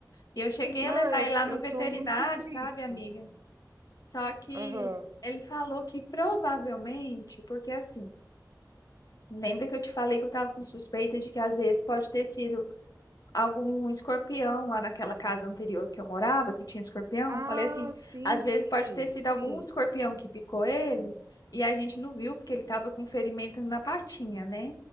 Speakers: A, on the left; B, on the right.
A: E eu cheguei
B: Não,
A: a levar
B: eu,
A: ele lá no
B: eu
A: veterinário,
B: tô muito triste.
A: sabe, amiga? Só que
B: Aham.
A: ele falou que provavelmente, porque assim, lembra que eu te falei que eu tava com suspeita de que às vezes pode ter sido algum escorpião lá naquela casa anterior que eu morava, que tinha escorpião?
B: Ah,
A: Eu falei assim,
B: sim,
A: às vezes
B: sim,
A: pode ter sido
B: sim.
A: algum escorpião que picou ele e a gente não viu porque ele tava com ferimento na patinha, né?